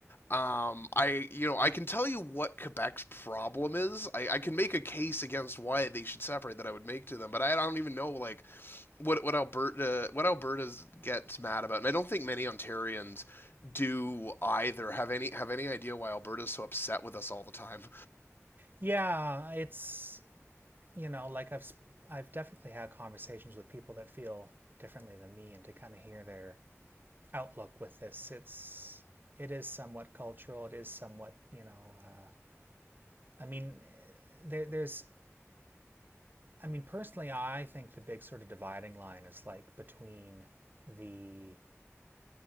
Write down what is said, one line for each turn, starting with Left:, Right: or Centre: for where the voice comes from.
Left: Um, I you know I can tell you what Quebec's problem is. I, I can make a case against why they should separate that I would make to them, but I don't even know like what what Alberta what Alberta's gets mad about, and I don't think many Ontarians do either. Have any have any idea why Alberta's so upset with us all the time?
Right: yeah. It's you know like I've i I've definitely had conversations with people that feel differently than me, and to kind of hear their outlook with this. It's it is somewhat cultural. It is somewhat you know. Uh, I mean, there, there's. I mean, personally, I think the big sort of dividing line is like between the